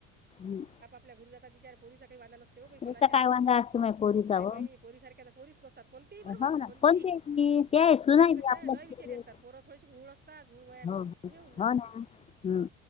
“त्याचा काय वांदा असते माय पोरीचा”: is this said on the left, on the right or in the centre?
Left